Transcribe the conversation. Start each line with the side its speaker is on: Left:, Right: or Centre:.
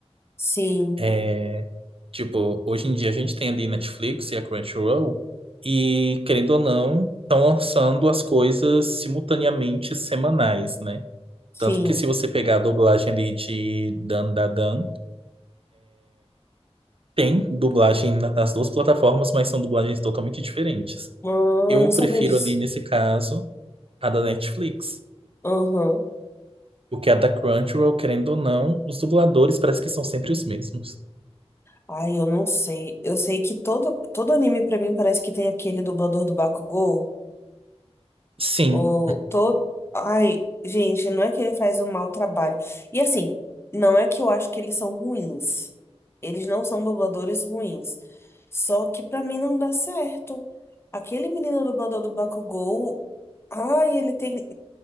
Left: Sim,
Right: É, Tipo, hoje em dia a gente tem ali Netflix e a Crunchyroll, e querendo ou não, estão lançando as coisas simultaneamente semanais, né?
Left: sim.
Right: Tanto que se você pegar a dublagem ali de Dan Da Dan, tem dublagem na- nas duas plataformas, mas são dublagens totalmente diferentes.
Left: Ah,
Right: Eu
Left: não sabia
Right: prefiro
Left: disso.
Right: ali, nesse caso, a da Netflix,
Left: Uhum.
Right: porque a da Crunchyroll, querendo ou não, os dubladores parece que são sempre os mesmos.
Left: Ai, eu não sei. Eu sei que todo, todo anime pra mim parece que tem aquele dublador do Bakugou.
Right: Sim.
Left: Ou todo. Ai, gente, não é que ele faz um mau trabalho. E assim, não é que eu acho que eles são ruins. Eles não são dubladores ruins. Só que pra mim não dá certo. Aquele menino dublador do Bakugou. Ai, ele tem.